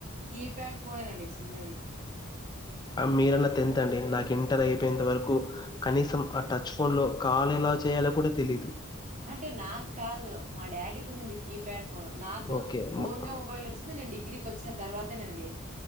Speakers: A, on the right; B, on the left.
A: కీప్యాడ్ ఫోనే నండి చిన్నది
B: మీరన్న టెన్త్ అండి నాకు ఇంటర్ అయిపోయేంత వరకు కనీసం ఆ టచ్ ఫోన్లో కాల్ ఎలా చేయాలో కూడా తెలీదు
A: అంటే నాకు కాదు మా డాడీకి ఉన్నింది కీప్యాడ్ ఫోన్ నాకు
B: ఓకే మ-
A: ఓన్ గా మొబైల్ వచ్చింది నేను డిగ్రీకి వచ్చా తర్వాతనండి